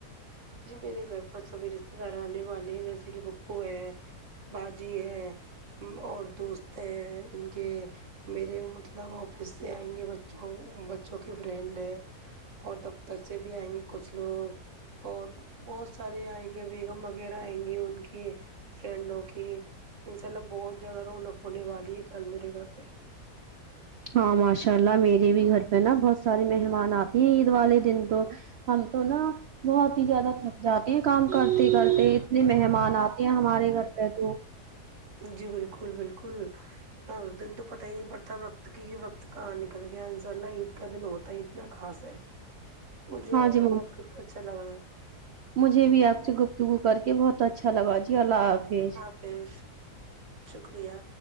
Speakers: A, on the right (about 50°); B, on the right (about 80°).
A: جی میرے گھر پس سب بھی رشتے دار آنے والے ہیں جیسے کہ بپو ہے باجی ہے اور دوست ہے ان کے میرے مطلب آفس سے آئیں گے بچوں بچوں کے فرینڈ ہیں اور دفتر سے بھی آئیں گے کچھ لوگ اور بہت سارے آئیں گے بیگم وغیرہ آئیں گے ان کے فرینڈوں کی انشاء اللہ بہت زیادہ رونق ہونے والی ہے کل میرے گھر پہ
B: ہاں ماشاء اللہ میرے بھی گھر پہ نا بہت سارے مہمان آتے ہیں عید والے دن تو ہم تو نا بہت ہی زیادہ تھک جاتے ہیں کام کرتے کرتے اتنے مہمان آتے ہیں ہمارے گھر پہ تو
A: جی بالکل بالکل ہاں اس دن تو پتہ ہی نہیں پڑتا وقت کی یہ وقت کہاں نکل گیا ان شاء اللہ عید کا دن ہوتا ہے اتنا خاص ہے مجھے
B: ہاں
A: آپ
B: جی
A: سے بات کر کے اچھا لگا ہے
B: مجھے بھی آپ سے گفتگو کر کے بہت اچھا لگا جی اللہ حافظ
A: ا فیش شکریہ